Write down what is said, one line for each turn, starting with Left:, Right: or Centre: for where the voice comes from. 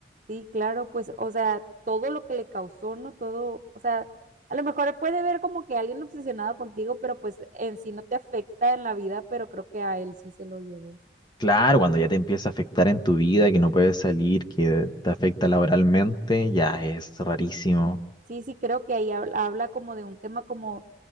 Right: Sí, claro, pues, o sea, todo lo que le causó, ¿no? Todo, o sea, a lo mejor puede ver como que alguien obsesionado contigo, pero pues en sí no te afecta en la vida, pero creo que a él sí se lo llevó.
Left: Claro, cuando ya te empieza a afectar en tu vida, que no puedes salir, que te afecta laboralmente, ya es rarísimo.
Right: Sí, sí, creo que ahí habla, habla como de un tema como